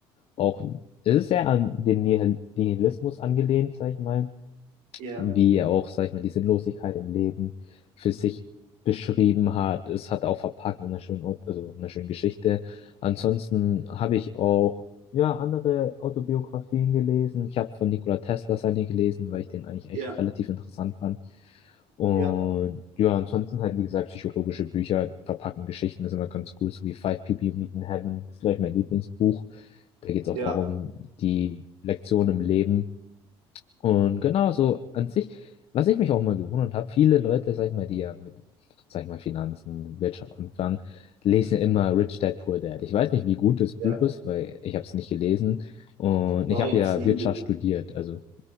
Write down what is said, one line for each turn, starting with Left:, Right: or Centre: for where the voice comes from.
Left: Auch es ist sehr an den Nihil- Nihilismus angelehnt, sag ich mal
Right: Ja,
Left: wie er auch, sag ich mal, die Sinnlosigkeit im Leben für sich beschrieben hat. Es hat er auch verpackt in einer schönen, Aut- also in einer schönen Geschichte. Ansonsten habe ich auch, ja, andere Autobiografien gelesen. Ich habe von Nikola Tesla seine gelesen, weil ich den eigentlich echt
Right: ja,
Left: relativ interessant fand. Und
Right: ja,
Left: ja, ansonsten halt, wie gesagt, psychologische Bücher verpacken Geschichten, das ist immer ganz cool, so wie Five People You Meet in Heaven, das ist, glaube ich, mein Lieblingsbuch. Da geht es auch
Right: ja,
Left: darum, die Lektion im Leben. Und genau so an sich, was ich mich auch mal gewundert habe, viele Leute, sag ich mal, die ja mit, sag ich mal, Finanzen, Wirtschaft anfangen, lesen ja immer Rich Dad Poor Dad. Ich weiß nicht, wie gut das Buch
Right: Ja.
Left: ist, weil ich habe es nicht gelesen und
Right: war
Left: ich habe
Right: okay.
Left: ja Wirtschaft studiert, also